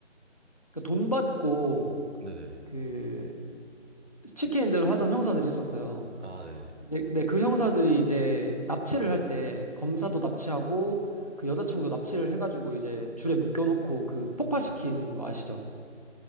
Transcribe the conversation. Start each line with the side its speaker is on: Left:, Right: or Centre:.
Left: 그돈 받고
Right: 네네.
Left: 그 시키는 대로 하던 형사들이 있었어요.
Right: 아, 네네.
Left: 네, 네, 그 형사들이 이제 납치를 할 때 검사도 납치하고 그 여자친구도 납치를 해가지고 이제 줄에 묶여놓고 그 폭파시키는 거 아시죠?